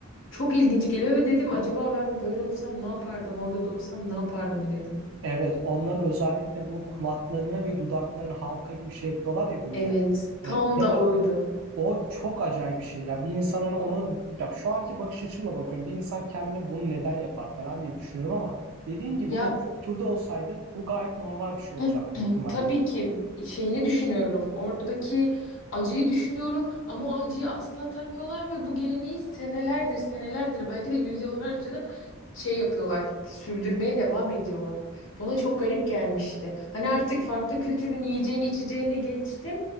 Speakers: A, on the left; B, on the right.
A: Çok ilginç geliyor ve dedim acaba ben böyle olsam ne yapardım, orada da olsam ne yapardım dedim.
B: Evet, onların özellikle bu kulaklarını ve dudaklarını halka gibi şey yapıyorlar ya böyle.
A: Evet, tam
B: E, ya,
A: da oydu.
B: o çok acayip bir şey. Ya bir insan hani onun ya şu anki bakış açımla bakıyorum. Bir insan kendine bunu neden yapar falan diye düşünüyorum ama dediğin gibi
A: Ya
B: o kültürde olsaydım bu gayet normal bir şey
A: <clears throat>
B: olacak büyük ihtimalle.
A: Tabii ki şeyini düşünüyorum. Oradaki acıyı düşünüyorum ama o acıyı asla takmıyorlar ve bu geleneği senelerdir, senelerdir belki de yüzyıllarca da şey yapıyorlar. Sürdürmeye devam ediyorlar. Bana çok garip gelmişti. Hani artık farklı kültürün yiyeceğini, içeceğini geçtim.